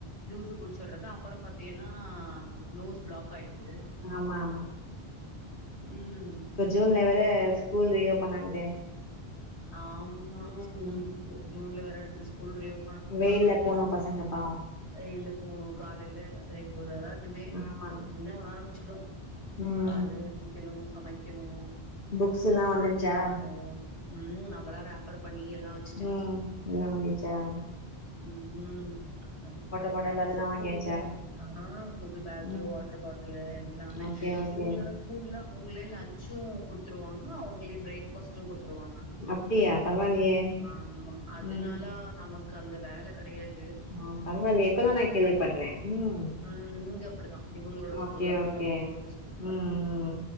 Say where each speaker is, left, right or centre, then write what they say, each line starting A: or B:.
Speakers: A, on the left; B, on the left.
A: ஜூஸ் குடிச்சட்றது அப்பறோ பாத்தீங்கன்னா நோஸ் ப்ளாக் ஆயிடுது
B: ஆமா ஆமா
A: ம்
B: ப்ப ஜூன் வேறே ஸ்கூல் ரீஓபன் ஆகுதே
A: ஆம்மா
B: ம்
A: ஸ்கூல் ஜூன்ல வேற அடுத்து ஸ்கூல் ரியோ
B: வெயில்ல போனு பசங்கப் பாவ்
A: வெயில போகணு காலையில ரெகுலரா இனிமே
B: ஆமா
A: இன்னமே ஆரம்பிச்சுடு
B: ம்
A: கால்ல எந்திரிக்கணு சமைக்கணு
B: புக்ஸ்ல்லா வந்துருச்சா
A: பேக் பண்னு ம் அதெல்லா ரேபர் பண்ணி எல்லா வச்
B: ம் எல்லாம் ஆயிட்ச்சா
A: ம் ம் அத
B: பாட்டில் அதெல்லா வாங்கியாச்சா
A: புது பேக் ஆ புது பேக்கு
B: ம்
A: வாட்டர் பாட்டுலு எல்லாமே
B: ஓகே ஓகே
A: இவங்களோட ஸ்கூல்ல அவங்களே லன்ச்சு குடுத்துருவாங்க அவங்களே ப்ரேக்ஃபாஸ்ட்டு குடுத்துருவாங்க
B: அப்டியா பரவாயில்லையே
A: ஆமா அதனால
B: ம்
A: நமக்கு அந்த வேல கெடையாத்
B: ஆ பரவால்லையே இப்பதா நா கேள்வி பட்றே ம்
A: ம் இங்க அப்டிதா இவங்களோட
B: அ
A: ஸ்கூல்ல
B: ஓகே
A: அப்டிதா
B: ஓகே
A: டெய்லியோட ஸ்கூல்ல
B: ம் ம்